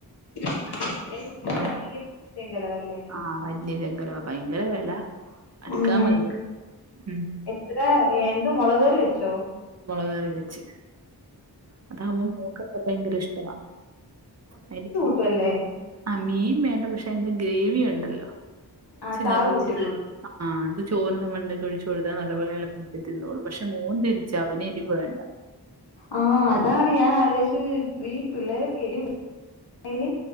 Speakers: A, on the left; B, on the right.
A: <inaudible>
B: ആഹ്
A: വല്യ ചെങ്കലവല്ലേ
B: ആഹ് വല്യ ചെങ്കലവ പയങ്കര വെല അടുക്കാൻ
A: ഉം
B: വയ്യ ഉം
A: എത്ര എന്ത് മൊളക് കറി വെച്ചോ
B: മൊളക് കറി വെച്ച് അതാകുമ്പോ മോക്കൊക്കെ ഭയങ്കര ഇഷ്ടവാ അയ്ന്റി
A: ടു അല്ലെ
B: ആ മീൻ വേണ്ട പക്ഷെ അതിന്റെ ഗ്രേവിയുണ്ടല്ലോ
A: ആ
B: ച്ചിരി
A: ചാറ്
B: നല്ല <unintelligible>
A: കൂട്ടിക്കോളൂ
B: അഹ് ആഹ് അത് ചോറിന്റെമ ണ്ടയ്ക്കൊഴിച്ച് കൊട്ത്താ നല്ലപോലെ എള ക്കി തിന്നോളും പക്ഷെ മോൻ തിരിച്ചാ അവനെരിവ് വേണ്ട
A: ആഹ് അതാണ് ഞാൻ ആലോയിച്ചത് ഈ പിള്ളേരൊക്കെ എരിവ് അയ്ല്